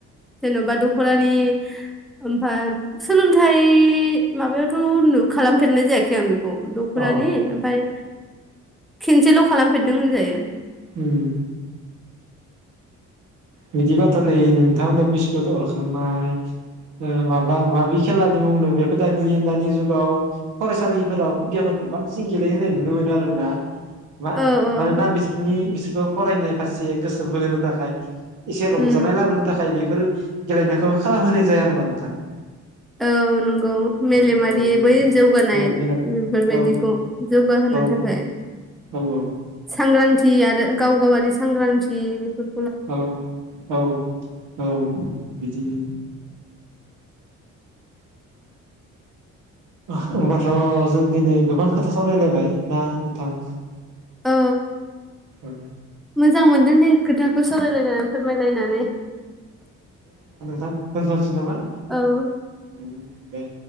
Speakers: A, in the centre; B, on the right (about 80°).
A: जेन'बा दख'रानि ओमफ्राय सोलोंथाइ माबायावथ' नु खालामफेरनाय जायाखै आं बेखौ। औ दखुरानि
B: अ
A: ओमफ्राय खेनसेल' खालामफेरदों होनजायो।
B: ओम। बिदिबाथ्रानि नोंथांमोननि बिस्कुट अरखांनाय माबा माबि खेला बुंदों बेखौ दा नुयो दानि जुगाव फरायसालिफोराव खुदियाफोरखौ बांसिन गेलेहोनाय नुनो मोनो आरोना। मा
A: औ औ
B: मानोना बिसिनि बेखौ फरायनाय फारसे गोसो बोहोनो थाखाय एसे रंजानाय
A: उम
B: लाबोनो थाखाय बेफोरो गेलेनायखौ खालामहोनाय जाया आरोना नोंथां।
A: औ नंगौ मेलेमारि
B: औ औ बिदि
A: बै जौगानाय
B: औ बेनाव
A: बेफोरबायदिखौ
B: औ
A: जौगाहोनो
B: औ
A: थाखाय
B: औ
A: सांग्रांथि जियानो गाव गावारि सांग्रांथि बेफोर
B: औ औ औ बिदिनो। होमबाथ' जों दिनै गोबां खोथा सावरायलायबाय ना नोंथां?
A: औ।
B: औ
A: मोजां मोनदों दे खोथाखौ सावरायलायनानै फोरमायलायनानै।
B: थां दोसनथ'सै नामा?
A: औ
B: ओम दे।